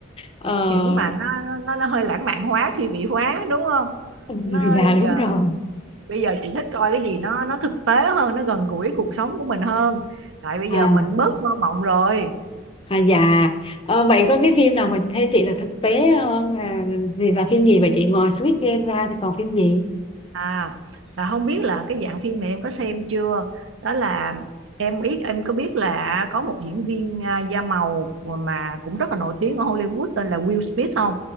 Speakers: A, on the left; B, on the right.
A: ờ,
B: kiểu mà nó nó nó hơi lãng mạn hóa thi vị hóa đúng không
A: <laughs>
B: nó
A: người già đúng
B: giờ
A: rồi
B: bây giờ chị thích coi cái gì nó nó thực tế hơn nó gần gũi cuộc sống của mình hơn tại bây
A: à,
B: giờ mình bớt mơ mộng rồi
A: à dạ Ờ, vậy có cái phim nào mà theo chị là thực tế ờ, là thì là phim gì vậy chị ngoài Squid Game ra thì còn phim gì
B: à là không biết là cái dạng phim này em có xem chưa đó là em biết em có biết là có một diễn viên à, da màu mà cũng rất là nổi tiếng ở Hollywood tên là Will Smith không